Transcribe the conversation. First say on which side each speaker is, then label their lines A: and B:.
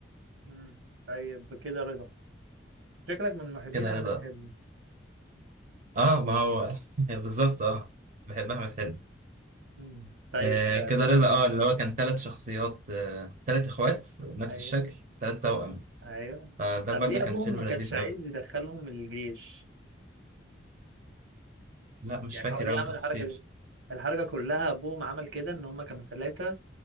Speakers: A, on the right; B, on the right.
A: مم. طيب كده رضا شكلك من محبين
B: كده
A: أحمد
B: رضا
A: حلمي
B: اه ما هو <laughs> بالظبط اه بحب احمد حلمي
A: مم. طيب
B: آه
A: ده
B: كده
A: كده
B: رضا
A: رضا
B: اه اللي هو كان ثلاث شخصيات آه ثلاث اخوات نفس
A: ايوه
B: الشكل ثلاث توأم
A: ايوه
B: فده
A: طب
B: برضو
A: ليه
B: كان
A: ابوهم
B: فيلم
A: ما كانش
B: لذيذ
A: عايز
B: قوي
A: يدخلهم الجيش
B: لا مش
A: يعني
B: فاكر
A: هو ليه
B: قوي
A: عمل
B: تفاصيل
A: الحركه دي الحركه كلها ابوهم عمل كده ان هم كانوا ثلاثه